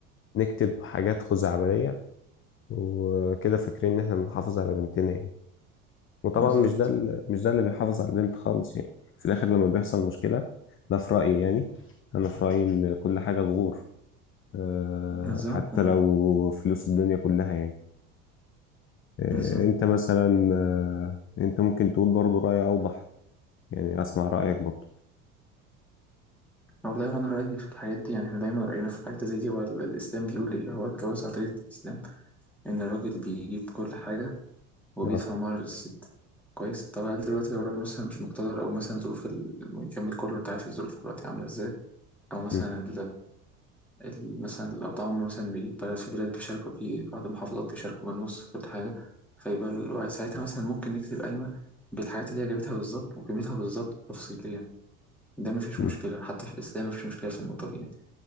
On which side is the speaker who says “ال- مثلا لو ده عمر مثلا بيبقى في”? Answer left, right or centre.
Centre